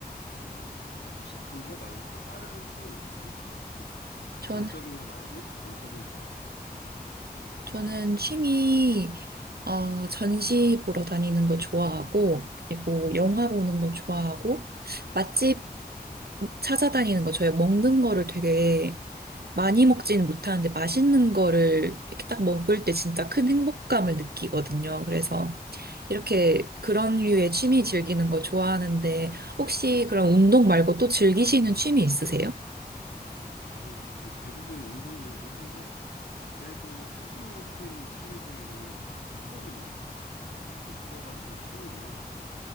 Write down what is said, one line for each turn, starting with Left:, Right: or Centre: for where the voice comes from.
Left: 어, 혹시 그거 말고 또 다른 취미는 없어요? 이렇게
Right: 저는
Left: 동적인 거 말고 정적인 거 같은 거.
Right: 저는 취미, 어, 전시 보러 다니는 거 좋아하고, 그리고 영화 보는 거 좋아하고, 맛집 찾아다니는 거, 저희 먹는 거를 되게 많이 먹지는 못하는데, 맛있는 거를 이렇게 딱 먹을 때 진짜 큰 행복감을 느끼거든요. 그래서 이렇게 그런 류의 취미 즐기는 거 좋아하는데, 혹시 그런 운동 말고 또 즐기시는 취미 있으세요?
Left: 저는 거의 대부분 운동류긴 한데, 그래도 꾸준히 하고 있는 취미 중에는 책 보는 거? 독서가 좀 취미고요.